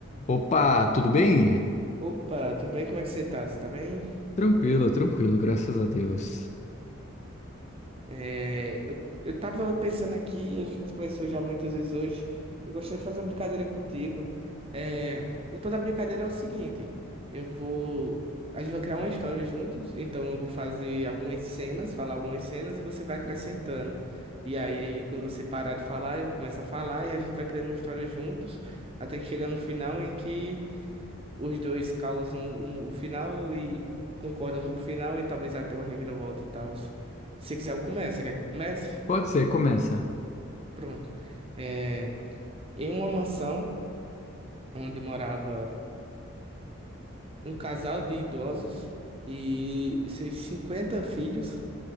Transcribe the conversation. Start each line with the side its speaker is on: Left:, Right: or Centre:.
Left: Opa, tudo bem?
Right: Opa, tudo bem? Como é que você tá? Você tá bem?
Left: Tranquilo, tranquilo, graças a Deus.
Right: É, eu, eu tava pensando aqui, a gente conversou já muitas vezes hoje, eu gostaria de fazer uma brincadeira contigo. É, o tom da brincadeira é o seguinte, eu vou... A gente vai criar uma história juntos, então eu vou fazer algumas cenas, falar algumas cenas e você vai acrescentando. E aí, aí quando você parar de falar, eu começo a falar e a gente vai criando uma história juntos, até que chega no final em que... Os dois causam um- o final e concordam com o final e talvez até uma reviravolta e tal. Se quiser, eu começo. Você quer que eu comece?
Left: Pode ser, começa.
Right: Pronto. É, em uma mansão onde morava um casal de idosos e seus 50 filhos,